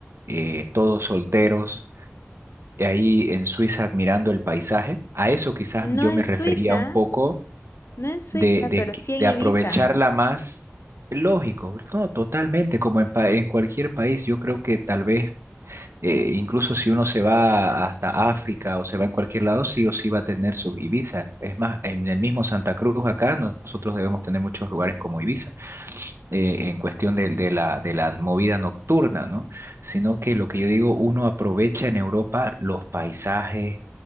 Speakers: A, on the right; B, on the left.
A: eh, todos solteros, y ahí en Suiza admirando el paisaje. A eso quizás
B: No
A: yo
B: en
A: me refería
B: Suiza,
A: un poco
B: no en Suiza,
A: de, de,
B: pero
A: qui-
B: sí en
A: de
B: Ibiza.
A: aprovecharla más. Lógico, no, totalmente, como en, pa- en cualquier país, yo creo que tal vez eh, incluso si uno se va hasta África o se va en cualquier lado, sí o sí va a tener sus Ibiza. Es más, en el mismo Santa Cruz acá no- nosotros debemos tener muchos lugares como Ibiza, eh, en cuestión de, de la, de la movida nocturna, ¿no? Sino que lo que yo digo, uno aprovecha en Europa los paisajes,